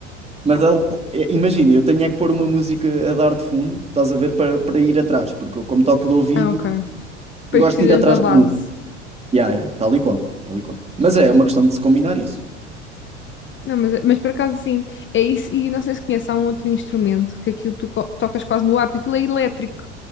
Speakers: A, on the right; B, on the left.
A: Mas ela- é, imagina, eu tenho é que pôr uma música a dar de fundo, estás a ver, para, para ir atrás, porque eu, como toco de ouvido,
B: Ah, ok. Depois
A: gosto
B: precisas
A: de ir atrás
B: da base.
A: de música. Yeah, yeah, tal e qual, tal e qual. Mas é, é uma questão de se combinar isso.
B: Não, mas, mas por acaso sim, é isso, e não sei se conhece, há um outro instrumento que aquilo tu co- tocas quase no ar, porque aquilo é elétrico,